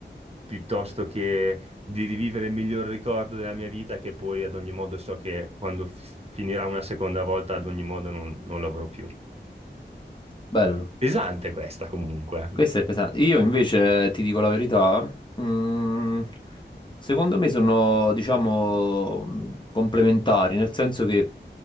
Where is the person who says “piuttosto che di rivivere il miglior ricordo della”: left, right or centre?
Right